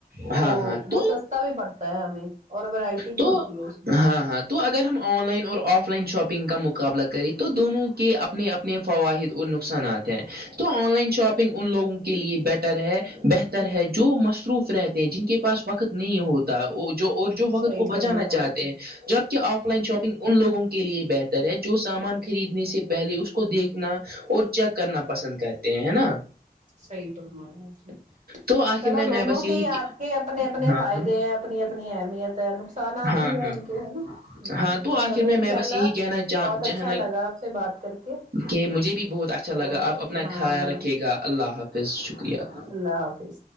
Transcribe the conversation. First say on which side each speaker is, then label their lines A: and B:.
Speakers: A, on the right (about 70°); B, on the right (about 45°).
A: ہاں
B: تو
A: ہاں ہاں تو
B: وہ سس تہ بھی پڑتا ہے ہمیں اور وورائٹی بھی
A: تو
B: ہوتی ہے اس میں
A: ہاں ہاں تو اگر ہم آن لائن اور آف لائن شاپنگ کا مقابلہ کریں تو دونوں کے اپنے اپنے فواہد اور نقصانات ہیں تو آن لائن شاپنگ ان لوگوں کے لیے بیٹر ہے بہتر ہے جو مصروف رہتے ہیں جن کے پاس وقت نہیں ہوتا جو اور جو وقت
B: صحیح
A: کو
B: فرمایا
A: بچانا
B: آپ
A: چاہتے
B: نے
A: ہیں جبک آف
B: ہوں
A: لائن شاپنگ ان لوگوں کو کے لیے بہتر ہے جو سامان خریدنے سے پہلے اس کو دیکھنا اور چیک کرنا پسند کرتے ہیں ہے نا
B: صحیح فرمارہے
A: تو آخر
B: چلو
A: میں
B: دونوں
A: میں بس یہی
B: کے ہی آ کے اپنے اپنے
A: ہاں
B: فائد
A: ہاں
B: ہیں اپنی اپنی احمیت ہے نقصانات
A: ہاں
B: بھی ہے
A: ہاں
B: انکے ہے نا ہمم
A: ہاں تو
B: ہچلو
A: آخر میں
B: انشاءاللہ
A: میں بس یہی کہنا چاہنا
B: بہت اچھا لگا آپ سے بات کر کے
A: کہ مجھے بھی بہت اچھا
B: تو
A: لگا آپ اپنا
B: ہاں
A: خیال رکھیے گا اللہ حافظ شکریہ
B: اللہ حافظ